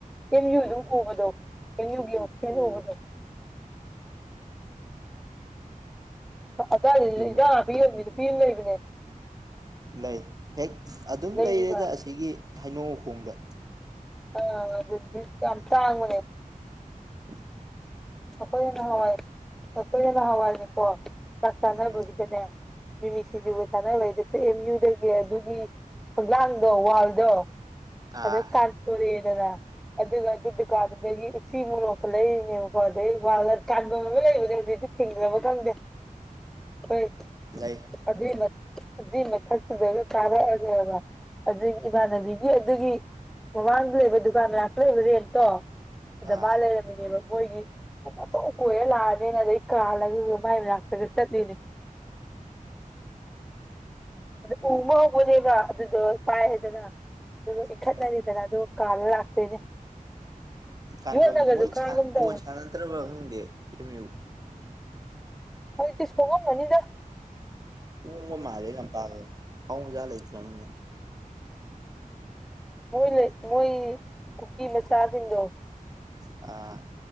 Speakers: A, in the centre; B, on the right.
A: ꯀ ꯌꯨ ꯑꯗꯨ ꯎꯕꯗꯣ ꯀꯅꯤꯕ ꯑꯣ ꯀꯦꯕꯗꯣ ꯑ ꯄ ꯂꯩ
B: ꯑꯗꯨꯗ
A: ꯏꯕꯅꯦ
B: ꯂꯩ ꯍꯦꯛ ꯑꯗꯨꯝ
A: ꯂꯩꯔꯤꯕ
B: ꯂꯩꯔꯦꯗ ꯑꯁꯤꯒꯤ ꯍꯥꯏꯅꯧ ꯈꯣꯡꯗ
A: ꯑ ꯑꯗꯨ ꯁꯥꯡꯥꯡ ꯃꯅꯦ
B: ꯎꯝ
A: ꯑꯩꯈꯣꯏ ꯍꯦꯟꯅ ꯍꯋꯥꯏ ꯑꯩꯈꯣꯏ ꯍꯦꯟꯅ ꯍꯋꯥꯏꯅꯦꯀꯣ ꯆꯥꯛ ꯆꯥꯅꯕꯒꯤꯗꯅꯦ
B: ꯎꯝ
A: ꯃꯤꯃꯤ ꯁꯤꯡꯖꯨꯕꯨ ꯊꯥꯅꯕꯩꯗꯁꯨ ꯑꯦꯝ ꯌꯨꯗꯒꯤ ꯑꯗꯨꯒꯤ ꯈꯣꯡꯂꯥꯡꯗꯣ ꯋꯥꯜꯗꯣ
B: ꯑꯥ
A: ꯑꯗ ꯀꯥꯟꯄꯨꯔꯨꯔ ꯌꯦꯅꯅ ꯑꯗꯨ ꯑꯗꯨꯗꯨꯀꯥꯟꯗꯒꯤ ꯁꯤꯃꯨꯅꯈ ꯂꯩꯅꯦ ꯗ ꯋꯥ ꯀ ꯂꯩꯕ ꯍꯧꯖꯤꯛꯇꯤ ꯊꯦꯡꯗꯅꯕ ꯈꯪꯗꯦ ꯍꯣꯏ
B: ꯂꯩ
A: ꯑꯗꯨꯏ ꯑꯗꯨꯏ ꯃꯊꯛꯇꯨꯗ ꯇꯥꯔꯛꯑꯒꯕ ꯑꯗꯨꯒꯤ ꯏꯃꯥꯟꯅꯕꯤꯒꯤ ꯑꯗꯨꯒꯤ ꯃꯃꯥꯡꯗ ꯂꯩꯕ ꯗꯨꯀꯥꯟ ꯂꯥꯛꯇ ꯂꯩꯕ ꯔꯦꯟꯠꯇꯣ ꯑꯗ
B: ꯑꯥ
A: ꯃꯥ ꯂꯩꯔꯝꯃꯤꯅꯦꯕ ꯃꯣꯏꯒꯤ ꯀꯣꯏꯔ ꯂꯥꯛꯑꯅꯤꯅ ꯑꯗꯩ ꯀꯥꯜꯂꯒ ꯃꯥꯏ ꯃꯅꯥꯛꯇꯒ ꯆꯠꯂꯤꯅꯦ ꯑꯗ ꯎ ꯑꯃ ꯍꯧꯕꯅꯦꯕ ꯑꯗꯨꯗꯣ ꯄꯥꯏ ꯍꯥꯏꯗꯅ ꯑꯗꯨ ꯏꯟꯈꯠꯅꯔꯤꯗꯅ
B: ꯎꯝ
A: ꯑꯗꯨ ꯀꯥꯗ ꯂꯥꯛꯇꯣꯏꯅꯦ
B: ꯀ
A: ꯌꯣꯠꯅꯒꯁꯨ
B: ꯃꯣꯏ
A: ꯈꯥꯡꯒꯨꯝ ꯇꯧꯕꯅꯦ
B: ꯕꯣꯟ ꯁꯥꯟꯅꯗ꯭ꯔꯕ ꯈꯪꯗꯦ ꯀꯝ
A: ꯍꯇꯤꯁꯄꯉꯣ ꯃꯅꯤꯗ
B: ꯍꯨꯡ ꯃꯥꯔꯤꯦ ꯅ ꯄ ꯍꯥꯎꯖꯂ ꯏꯅꯃꯤꯅ
A: ꯃꯣꯏ ꯂꯩ ꯃꯣꯏ ꯀꯨꯀꯤ ꯃꯆꯥꯁꯤꯡꯗꯣ
B: ꯑꯥ